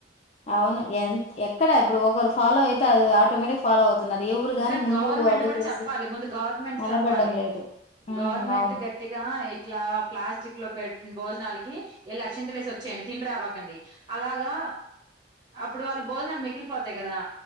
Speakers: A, on the left; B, on the right.
A: అవును ఎ ఎక్కడ ఇప్పుడు ఒకరు ఫాలో అయితే అది ఆటోమేటిక్, ఫాలో అవుతున్నారు ఎవరు
B: నిజంగా
A: గాని ముందు
B: గవర్నమెంట్
A: అడుగేసి
B: కూడా చెప్పాలి. ముందు గవర్నమెంట్
A: నిలబడ్డం
B: చెప్పాలి
A: లేదు ఉమ్
B: గవర్నమెంట్
A: అవును
B: గట్టిగా ఇట్లా ప్లాస్టిక్ లో పెట్, భోజనాలకి వెళ్ళ అక్షంతలు వేసి వచ్చేయండి. తిని రాబకండి అలాగా అప్పుడు. వాళ్ళ భోజనాలు మిగిలిపోతాయి కదా,